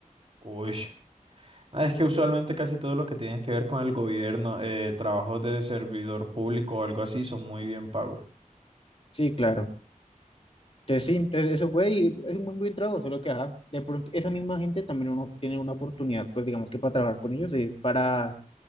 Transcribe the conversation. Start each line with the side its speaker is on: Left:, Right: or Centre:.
Right: Uy. Ah, Es que usualmente casi todo lo que tiene que ver con el gobierno, eh, trabajos de servidor público o algo así, son muy bien pagos.
Left: Sí, claro. Entonces sí, entonces eso fue y es un buen, buen trabajo, solo que ajá, de pronto esa misma gente también uno tiene una oportunidad, pues digamos que para trabajar con ellos es para,